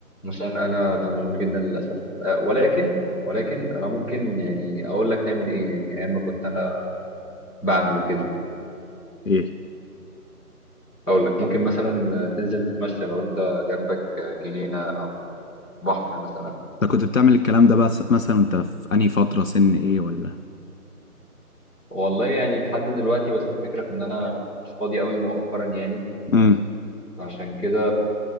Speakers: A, on the left; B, on the left.
A: عشان انا مشغول جدا للاسف آه ولكن ولكن انا ممكن يعني اقول لك نعمل ايه يعني ايام ما كنت انا بعمل وكده
B: ايه
A: اقول لك ممكن مثلا تنزل تتمشى لو انت جنبك جنينة بحر مثلا
B: انت كنت بتعمل الكلام ده بس مثلا انت في انهي فتره سن ايه ولا
A: والله يعني لحد دلوقتي بس الفكرة في ان انا مش فاضي قوي مؤخرا يعني
B: امم
A: عشان كده